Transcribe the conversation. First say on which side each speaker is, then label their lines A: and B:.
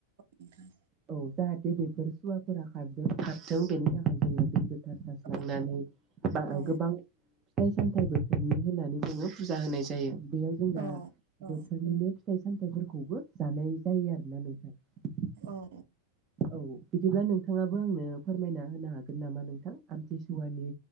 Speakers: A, on the right; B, on the right.
A: नोंथां
B: औ। जाहाथे बेफोर सुवाफोरा खारदो खारथों बेनि थाखाय जोङो दै सारस्रिनानै
A: औ
B: बा
A: औ
B: गोबां फिथाइ सामथाइबो बोथोरनि होननानै जोङो फुजा होनाय जायो बेयाव जोंना
A: औ औ
B: बोथोरनिनो फि थाइ सामथायफोरखौबो जानाय जायो आरो ना नोंथां।
A: औ
B: औ बिदिब्ला नोंथाङाबो आंनो फोरमायना होनो हागोन नामा नोंथां आमथिसुवानि